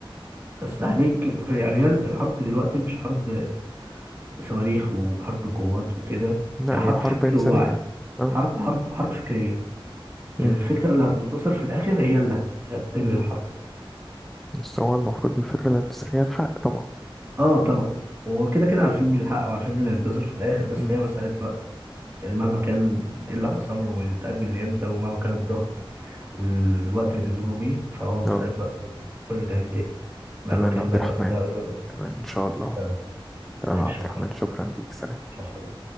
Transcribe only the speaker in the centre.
لا
هي حرب
إنسانية
اه
مم.
بس هو المفروض الفكرة الانتصارية الحق طبعا
مم.
اه
تمام
يا عبد
الرحمن
تمام إن شاء الله
تمام
يا عبد
الرحمن شكرا ليك سلام